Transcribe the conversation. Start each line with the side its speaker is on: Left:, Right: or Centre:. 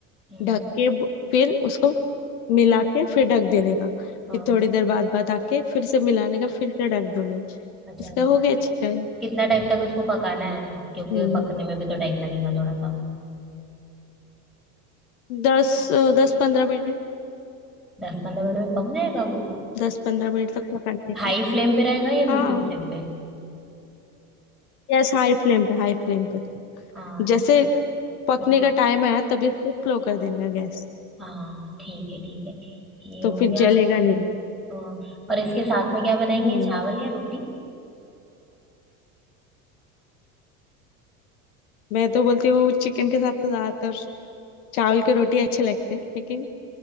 Centre: हम्म,
Left: ढक के ब- फिर उसको मिला के फिर ढक देने का
Centre: हाँ
Left: फिर थोड़ी देर बाद बाद आके फिर से मिलाने का फिर से ढक देने का
Centre: अच्छा
Left: इसका हो गया चिकन
Centre: कितना टाइम तक उसको पकाना है क्योंकि
Left: हम्म
Centre: वो पकने में भी तो टाइम लगेगा थोड़ा सा
Left: दस अ, दस पंद्रह मिनट
Centre: दस पंद्रह मिनट में पक जाएगा वो
Left: दस पंद्रह मिनट तक पकाने का
Centre: हाई फ्लेम पे रहेगा या मीडियम
Left: हाँ
Centre: फ्लेम पे
Left: गैस हाई फ्लेम पे हाई फ्लेम पे
Centre: हाँ
Left: जैसे पकने
Centre: हम्म।
Left: का टाइम आया तभी उसको स्लो कर देने का गैस
Centre: हाँ ठीक है ठीक है ये
Left: तो
Centre: हो
Left: फिर
Centre: गया
Left: जलेगा नहीं
Centre: हाँ और इसके साथ में क्या बनाएंगे
Left: हम्म
Centre: चावल या रोटी
Left: मैं तो बोलती हूँ चिकन के साथ तो ज्यादातर चावल की रोटी अच्छे लगते हैं लेकिन